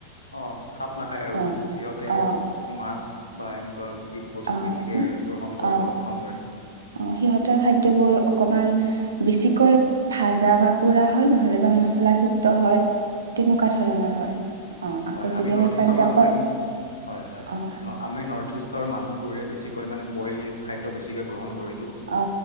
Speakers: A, on the left; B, on the right.
A: অ, খাপ নাখায় আৰু
B: অঁ
A: সিহঁতে
B: অঁ
A: মাছ বা এনেকুৱা <unintelligible> বস্তু
B: অঁ
A: বেছিকে গ্ৰহণ কৰে
B: অঁ
A: বা ভক্ষণ কৰে।
B: অঁ সিহঁতৰ খাদ্যবোৰ অকমান বেছিকৈ ভাজা বা পোৰা হয় নহ'লে বা মচলাযুক্ত হয় তেনেকুৱা ধৰণৰ হয়। অঁ আকৌ
A: হয় আমি
B: যদি
A: নৰ্থ
B: পাঞ্জাৱৰ
A: ইষ্টৰ মানুহখিনি হয়, হয়
B: অঁ
A: আমি নৰ্থ ইষ্ট ৰ, মানুহবোৰে বেছিকৈ মানে বইল খাদ্য বেছিকৈ গ্ৰহণ কৰে।
B: অ,